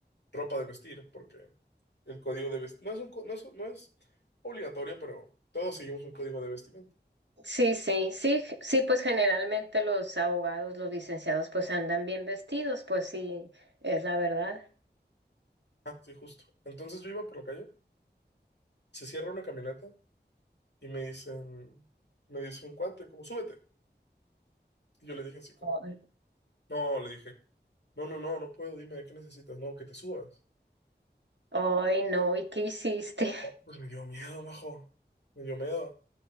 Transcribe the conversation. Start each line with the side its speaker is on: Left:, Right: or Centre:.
Left: ropa de vestir, porque el código de vestir no es un, co- no es, no es obligatorio, pero todos seguimos un código de vestimenta.
Right: Sí, sí, sí, g- sí, pues generalmente los abogados, los licenciados, pues andan bien vestidos, pues sí, es la verdad.
Left: Ah, sí, justo. Entonces yo iba por la calle, se cierra una camioneta y me dicen, me dice un cuate, como, súbete. Y yo le dije así como,
Right: Ay,
Left: no, le dije, no, no, no, no puedo, dime, ¿qué necesitas? No, que te subas.
Right: Ay, no, ¿y qué hiciste? <laughs>
Left: Pues me dio miedo, majo, me dio miedo.